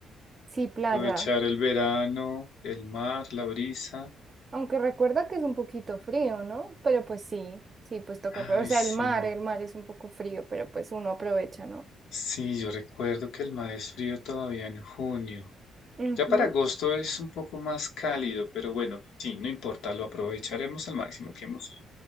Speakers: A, on the right (about 35°); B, on the left (about 80°).
A: Sí, playa.
B: aprovechar el verano, el mar, la brisa.
A: Aunque recuerda que es un poquito frío, ¿no? Pero pues sí, sí, pues toca aprovechar.
B: Ay,
A: O sea,
B: sí.
A: el mar, el mar es un poco frío, pero pues uno aprovecha, ¿no?
B: Sí, yo recuerdo que el mar es frío todavía en junio.
A: Ujú.
B: Ya para agosto es un poco más cálido, pero bueno, sí, no importa, lo aprovecharemos al máximo. Qué emoción.